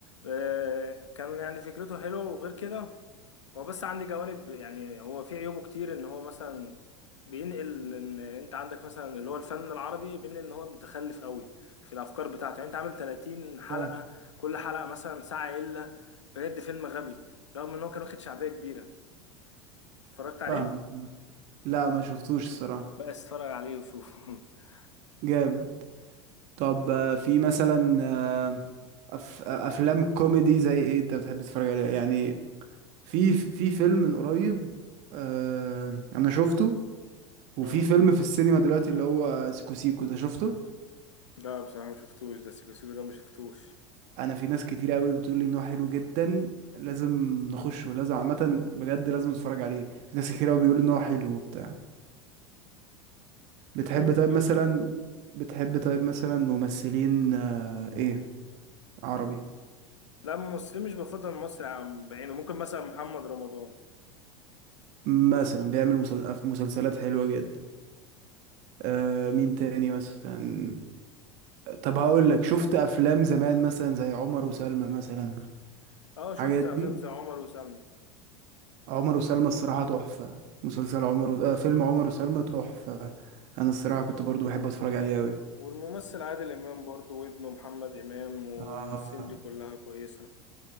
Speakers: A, on the left; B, on the right.
A: آه، كان يعني فكرته حلوة وغير كده هو بس عندي جوانب يعني هو في عيوبه كتير ان هو مثلا بينقل ان انت عندك مثلا اللي هو الفن العربي بين ان هو متخلف قوي في الافكار بتاعته يعني انت عامل 30 حلقة
B: فاهم
A: كل حلقة مثلا ساعة الا بجد فيلم غبي رغم ان هو كان واخد شعبية كبيرة اتفرجت عليه
B: فاهمك لا ما شفتوش الصراحة
A: بقى اتفرج عليه وشوفه <laughs>
B: جامد طب آه، في مثلا آه، أف... افلام كوميدي زي ايه انت بتحب تتفرج عليها يعني في في فيلم من قريب آه، انا شفته وفي
A: امم
B: فيلم في السينما دلوقتي اللي هو سيكو سيكو ده شفته
A: لا بصراحة ما شفتوش ده سيكو سيكو ده ما شفتوش
B: انا في ناس كتير قوي بتقول لي ان هو حلو جدا لازم نخشه لازم عامه بجد لازم نتفرج عليه في ناس كتير قوي بيقولوا ان هو حلو وبتاع بتحب
A: ممكن
B: طيب مثلا بتحب طيب مثلا ممثلين آه، ايه عربي
A: لا ممثل مش بفضل مصر عن بعينه ممكن مثلا محمد رمضان
B: مثلا بيعمل مسل- مسلسلات حلوة جدا آه مين تاني مثلا طب هقول لك شفت افلام زمان مثلا زي عمر وسلمى مثلا
A: اه
B: الحاجات
A: شفت
B: دي
A: افلام زي عمر وسلمى
B: عمر وسلمى الصراحة تحفة مسلسل عمر و... آه فيلم عمر وسلمى تحفة انا الصراحة كنت برضو بحب اتفرج عليه قوي
A: والممثل عادل امام برضه وابنه محمد امام والممثلين
B: آه
A: دي كلها كويسه